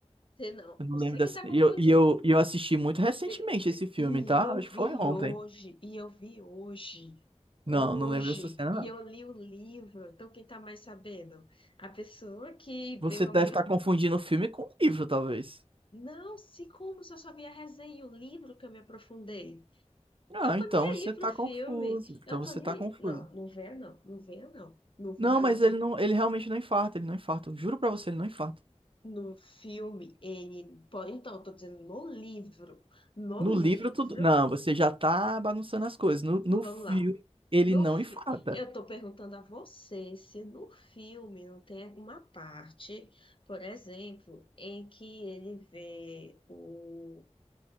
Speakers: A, on the left; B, on the right.
A: Você não,
B: Eu não
A: você
B: lembro dessa.
A: que tá confundindo.
B: E eu, e eu, e eu assisti muito recentemente
A: Você-
B: esse filme,
A: E
B: tá?
A: eu
B: Acho
A: vi
B: que foi ontem.
A: hoje, e eu vi hoje, hoje,
B: Não, não lembro dessa cena,
A: e
B: não.
A: eu li o livro. Então, quem tá mais sabendo? A pessoa que veio
B: Você deve
A: há muito
B: estar confundindo o filme com o livro, talvez.
A: Não, se como se eu só vi a resenha e o livro que eu me aprofundei.
B: Ah,
A: Eu tô
B: então
A: nem aí
B: você
A: pro
B: tá
A: filme.
B: confuso. Então
A: Eu
B: você
A: tô nem
B: tá
A: aí.
B: confuso.
A: Não, não venha não. Não venha não. Não venha
B: Não, mas
A: não.
B: ele não, ele realmente não infarta, ele não infarta. Eu juro pra você, ele não infarta.
A: No filme, ele. Pô, então, eu tô dizendo no livro. No
B: No
A: livro.
B: livro tudo. Não, você já tá bagunçando as coisas. No, no
A: Vamos
B: filme,
A: lá.
B: ele
A: No
B: não
A: fi...
B: infarta.
A: Eu tô perguntando a você se no filme não tem alguma parte, por exemplo, em que ele vê o